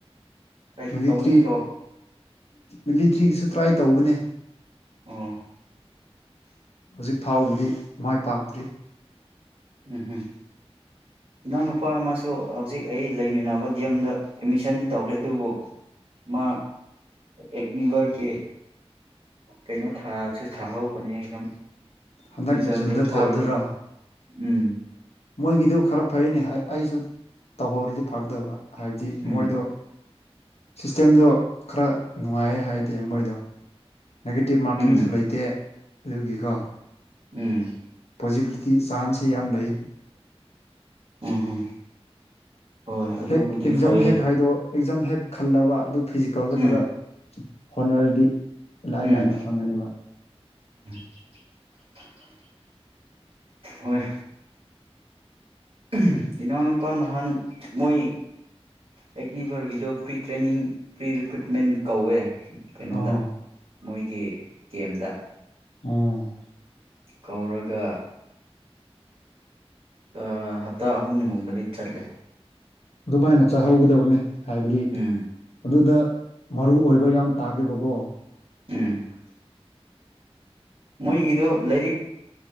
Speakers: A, on the right; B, on the left.
A: ꯇ꯭ꯔꯥꯏ
B: ꯃꯤꯂꯤꯇ꯭ꯔꯤ
A: ꯇꯧꯅꯤꯡꯗ꯭ꯔꯣ
B: ꯃꯤꯂꯤꯇ꯭ꯔꯤꯒꯤꯁꯨ ꯇ꯭ꯔꯥꯏ ꯇꯧꯕꯅꯦ
A: ꯑꯣ
B: ꯍꯧꯖꯤꯛ ꯐꯥꯎꯕꯗꯤ ꯃꯥꯏ ꯄꯥꯛꯇ꯭ꯔꯤ
A: ꯎꯝ ꯍꯨꯝ ꯏꯅꯥꯎꯅꯨꯄꯥ ꯑꯃꯁꯨ ꯍꯧꯖꯤꯛ ꯑꯩ ꯂꯩꯃꯤꯟꯅꯕ ꯗꯤ ꯑꯦꯝꯗ ꯑꯦꯠꯃꯤꯁꯟꯗꯤ ꯇꯧꯔꯦ ꯑꯗꯨꯕꯨ ꯃꯥ ꯑꯦꯅꯤꯚꯔ ꯀꯤ ꯀꯩꯅꯣ ꯊꯥꯁꯨ ꯊꯥꯍꯧꯕꯅꯦ ꯑꯦꯛꯖꯥꯝ
B: ꯍꯟꯗꯛ
A: ꯔꯤꯖꯜꯗꯨ
B: ꯖꯨꯟꯗ
A: ꯊꯣꯛꯑꯗꯤ
B: ꯊꯥꯕꯗꯨꯔꯥ
A: ꯎꯝ
B: ꯃꯣꯏꯒꯤꯗꯨ ꯈꯔ ꯐꯩꯑꯦꯅꯦ ꯑꯩꯁꯨ ꯇꯧꯍꯧꯔꯗꯤ ꯐꯒꯗꯕ ꯍꯥꯏꯕꯗꯤ
A: ꯎꯝ
B: ꯃꯣꯏꯗꯣ ꯁꯤꯁꯇꯦꯝꯗꯣ ꯈꯔ ꯅꯨꯡꯉꯥꯏ ꯍꯥꯏꯗꯦ ꯃꯣꯏꯗꯣ ꯅꯦꯒꯦꯇꯤꯞ ꯃꯥꯔꯀꯤꯡꯁꯨ
A: ꯎꯝ
B: ꯂꯩꯇꯦ ꯑꯗꯨꯒꯤꯀꯣ
A: ꯎꯝ
B: ꯄꯣꯖꯤꯕꯤꯂꯤꯇꯤ ꯆꯥꯟꯁꯦ ꯌꯥꯝ ꯂꯩ
A: ꯎꯝ ꯎꯝ ꯍꯣꯏ ꯑꯗꯨꯕꯨꯗꯤ
B: ꯍꯦꯛ ꯑꯦꯛꯖꯥꯝ
A: ꯐꯩꯌꯦ
B: ꯍꯦꯛ ꯍꯥꯏꯗꯣ ꯑꯦꯛꯖꯥꯝ ꯍꯦꯛ ꯈꯜꯂꯕ ꯑꯗꯨ ꯐꯤꯖꯤꯀꯦꯜꯗ
A: ꯎꯝ
B: ꯈꯔ ꯍꯣꯠꯅꯔꯗꯤ ꯏꯂꯥꯏ
A: ꯎꯝ
B: ꯂꯥꯏꯅ ꯐꯪꯒꯅꯤꯕ
A: <inaudible> ꯍꯣꯏ ꯎꯝ ꯏꯅꯥꯎꯅꯨꯄꯥ ꯅꯍꯥꯟ ꯃꯣꯏ ꯑꯦꯛꯅꯤꯕꯔꯒꯤꯗꯣ ꯄ꯭ꯔꯤ ꯇ꯭ꯔꯦꯅꯤꯡ ꯄ꯭ꯔꯤꯔꯤꯀ꯭ꯔꯨꯏꯠꯃꯦꯟ ꯀꯧꯋꯦ ꯀꯩꯅꯣꯗ
B: ꯑꯣ
A: ꯃꯣꯏꯒꯤ ꯀꯦꯝꯗ
B: ꯎꯝ
A: ꯀꯧꯔꯒ ꯑ ꯍꯞꯇꯥ ꯑꯍꯨꯝꯒꯨꯝꯕꯗꯤ ꯆꯠꯂꯦ
B: ꯑꯗꯨꯃꯥꯏꯅ ꯆꯥꯍꯧꯒꯗꯕꯅꯤ ꯍꯥꯏꯕꯗꯤ
A: ꯎꯝ
B: ꯑꯗꯨꯗ ꯃꯔꯨ ꯑꯣꯏꯕ ꯌꯥꯝ ꯇꯥꯒꯦꯕꯀꯣ
A: ꯎꯝ ꯃꯣꯏꯒꯤꯗꯣ ꯂꯥꯏꯔꯤꯛ